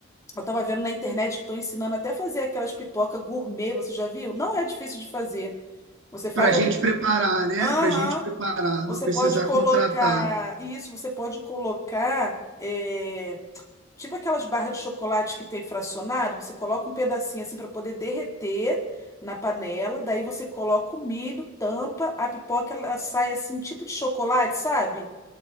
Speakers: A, on the left; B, on the right.
A: eu tava vendo na internet que estão ensinando até fazer aquelas pipoca gourmet, você já viu? Não é difícil de fazer. Você faz
B: Para a gente
A: a pipoca.
B: preparar, né?
A: Aham.
B: Para a gente preparar,
A: Você
B: não precisar
A: pode colocar.
B: contratar.
A: Isso, você pode colocar. é, Tipo aquelas barras de chocolate que tem fracionado, você coloca um pedacinho assim para poder derreter na panela. Daí você coloca o milho, tampa, a pipoca ela sai assim, tipo de chocolate, sabe?